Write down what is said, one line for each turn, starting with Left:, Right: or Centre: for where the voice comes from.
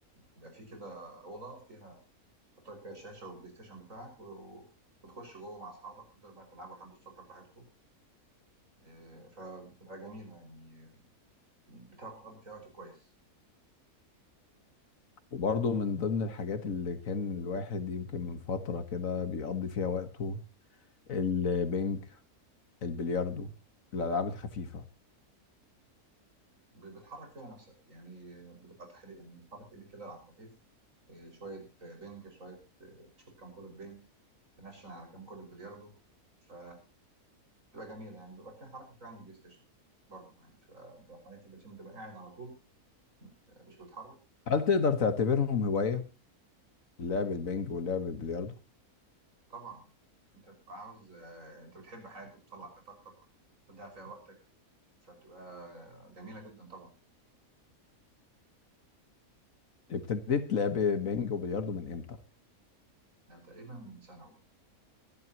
Right: بيبقى في كده أوضة فيها تحط لك فيها شاشة والبلاي ستيشن بتاعك و... وتخش جوه مع اصحابك تفضلوا بقى تلعبوا لحد الصبح براحتكم آه، فبتبقى جميلة يعني بتعرف تقضي فيها وقت كويس
Left: وبرضه من ضمن الحاجات اللي كان الواحد يمكن من فترة كده بيقضي فيها وقته البنج البلياردو الألعاب الخفيفة
Right: ب- بتحرك فيها نفسك يعني بتبقى تحريك يعني بتحرك ايديك كده على خفيف إيه، شوية بينج شوية إيه، تشوط كام كرة بينج تنشن على كام كرة بلياردو ف بتبقى جميلة يعني بيبقى فيها حركة شوية عن البلاي ستيشن برضه يعني بتبقى بتبقى حاجات في البلاي ستيشن بتبقى قاعد على طول آه، مش بتتحرك
Left: هل تقدر تعتبرهم هواية لعب البنج ولعب البلياردو
Right: فطبعا انت بتبقى عاوز آه، انت بتحب حاجة بتطلع فيها طاقتك بتضيع فيها وقتك فبتبقى جميلة جدا طبعا
Left: ابتديت لعب بنج وبلياردو من امتى
Right: ده تقريبا من سنة